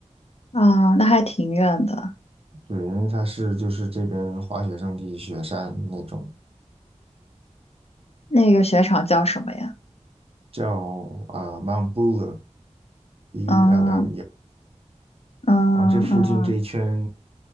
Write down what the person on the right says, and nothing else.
对，因为它是就是这边滑雪胜地雪山那种，
叫啊、Mount Buller，B-U-L-L-E-R。
然后这附近这一圈，